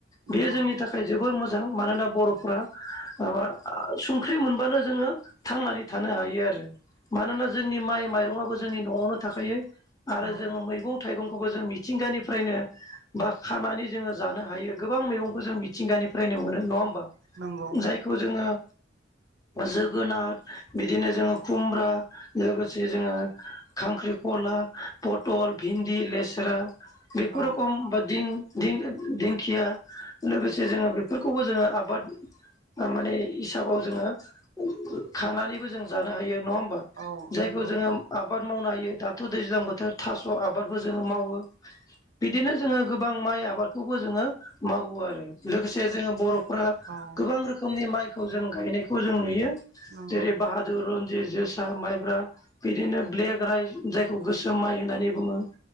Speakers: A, on the left; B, on the right.
A: बेयो
B: नंगौ
A: जोंनि
B: नंगौ
A: थाखाय जोबोर मोजां मानोना बर'फ्रा माबा संख्रि मोनबानो जोंङो थांनानै थानो हायो आरो मानोना जोंनि माइ माइरंआबो जोंनि न'आवनो थाखायो आरो
B: औ
A: जों मैगं थाइगंखौबो जों मिथिंगानिफ्रायनो बा खानानै जोंङो जानो हायो गोबां मैगंखौ जों मिथिंगानिफ्रायनो मोनो नंङा होमबा
B: नंगौ
A: बेखौ जोंङो जोगोनार बिदिनो जोंङो खुमब्रा लोगोसे जोंङो खांख्रिखला पटल भिन्दि लेस्रा बेफोर
B: औ
A: रोखम बा दिं दिं-दिंखिया लोगोसे जोंङो बेफोरखौबो जोंङो आबाद माने हिसाबाव जोंङो खांनानैबो जों जानो हायो नंङा होमबा
B: औ नंगौ
A: जोंङो आबाद मावनो हायो दाथ' दैज्लां बोथोर थास' आबादबो जोंङो मावो बिदिनो जोंङो गोबां माइ आबादखौबो जोंङो मावो आरो लोगोसे जोंङो बर'फ्रा
B: औ
A: गोबां रोखोमनि माइखौ जों गायनायखौ जों नुयो
B: नंगौ
A: जेरै बाहादुर रनजित जोसा माइब्रा बिदिनो ब्लेक राइज जायखौ गोसोम माइ होननानै बुङो